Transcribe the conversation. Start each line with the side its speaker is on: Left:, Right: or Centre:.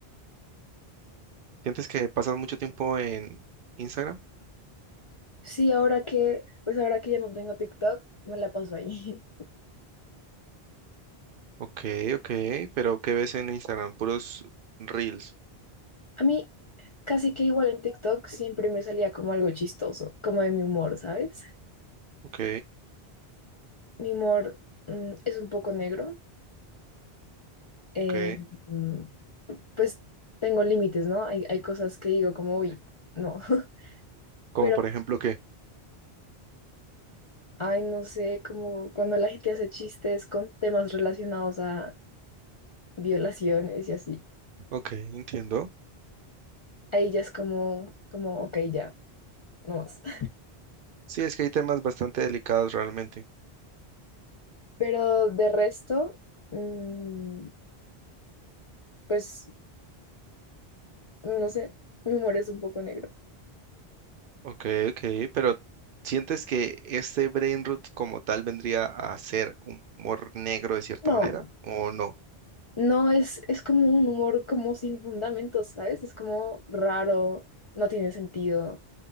Right: ¿Sientes que pasas mucho tiempo en Instagram?
Left: Sí, ahora que, pues ahora que ya no tengo TikTok, me la paso ahí.
Right: Ok, ok, pero ¿qué ves en Instagram? Puros reels.
Left: <laughs> A mí casi que igual en TikTok siempre me salía como algo chistoso, como de mi humor, ¿sabes?
Right: Ok,
Left: Mi humor mm, es un poco negro. eh,
Right: ok.
Left: mm, pues tengo límites, ¿no? Hay, hay cosas que digo como, uy, no. <laughs>
Right: Como
Left: Pero,
Right: por ejemplo, ¿qué?
Left: ay, no sé, como cuando la gente hace chistes con temas relacionados a violaciones y así.
Right: Ok, entiendo.
Left: Ahí ya es como, como, ok, ya, no más. <laughs>
Right: Sí, es que hay temas bastante delicados realmente.
Left: Pero de resto... mm, pues, no sé, mi humor es un poco negro.
Right: Ok, ok, pero ¿sientes que este brain rot como tal vendría a ser humor negro de cierta
Left: No.
Right: manera o no?
Left: No, es, es como un humor como sin fundamentos, ¿sabes? Es como raro, no tiene sentido,